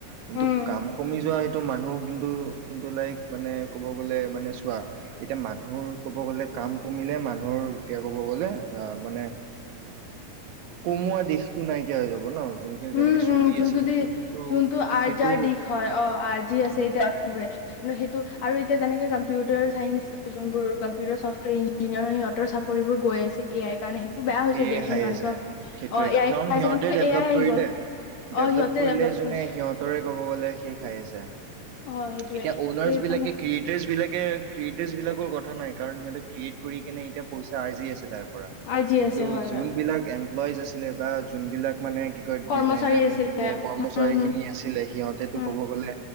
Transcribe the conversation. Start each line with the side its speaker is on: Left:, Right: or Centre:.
Right: কিন্তু
Left: উম।
Right: কাম কমি যোৱা সেই। মানুহ কিন্তু কিন্তু লাইক মানে কব গ'লে মানে চোৱা, এতিয়া মানুহৰ কব গ'লে কাম কমিলে মানুহৰ এতিয়া কব গ'লে আহ মানে কমোৱা দিশটো নাইকিয়া হৈ যাব। হ'ব ন <unintelligible>
Left: উম
Right: চলি
Left: উম যোনটো
Right: আছিল সেইটো
Left: দিশ,
Right: সেইটো
Left: যোনটো আৰ্জাৰ
Right: সেইটো
Left: দিশ হয়, অ আৰ্জি আছে
Right: উম
Left: এতিয়াৰে কি সেইটো আৰু এতিয়া যেনেকে গাম। কম্পিউটাৰ চাইন্ঞ্চ যোন বোৰ কম্পিউটাৰ চফ। ইঞ্জিনিয়াৰ সিহঁতৰ চা। কৰিব গৈ আছে এ আই ত। কাৰণে, সেইটো বেয়া হৈছে
Right: এ
Left: দিয়াচোন
Right: খাই
Left: কাৰণ
Right: আছে
Left: ক,
Right: সেইটোৱে
Left: অ এ আই
Right: কাৰণ
Left: খাইছে,
Right: সিহঁতে
Left: এ
Right: ডেভলপ
Left: য়াই
Right: কৰিলে
Left: আহি গ'ল।
Right: ডেভলপ
Left: অ' সিহঁতে
Right: কৰিলে
Left: ডেভলপ
Right: যোনে,
Left: কৰিছে
Right: সিহতৰ। ক'ব গ'লে, সি খাই আছে। এতিয়া,
Left: অ' সেইটোয়ে
Right: অনাৰ্ছ
Left: সেইফালে
Right: বিলাকে, ক্ৰিয়েটাৰছ বিলাকে। গতিকে ক্ৰিয়েটাৰছ বিলাকৰ কথা নাই কাৰণ, সিহঁতে ক্ৰিয়েট কৰি কিনে এতিয়া পইচা আৰ্জি আছে তাৰ।
Left: আজি আছে,
Right: ত
Left: হয়,
Right: যোনবিলাক।
Left: হয়।
Right: এমপ্লইজ আছিলে, বা যোনবিলাক। মানে কি কয়,
Left: কৰ্মচাৰী
Right: ডিজাইনাৰ
Left: আছিলে
Right: ই্জিনিয়াৰ কৰ্মচাৰী
Left: উম, হম,
Right: খিনি আছিলে, সিহঁতেতটো
Left: উম,
Right: কব গ'লে।